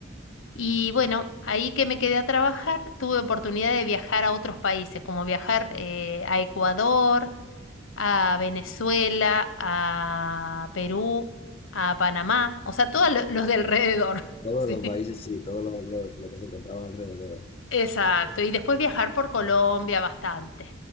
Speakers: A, on the left (about 80°); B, on the left (about 30°).
A: Y bueno, ahí que me quedé a trabajar, tuve oportunidad de viajar a otros países, como viajar eh, a Ecuador, a Venezuela, a Perú, a Panamá, o sea, todos lo- los de alrededor.
B: Todos
A: <laughs> Sí.
B: los países sí, todos los, los- los que se encontraban alrededor.
A: Exacto, y después viajar por Colombia bastante.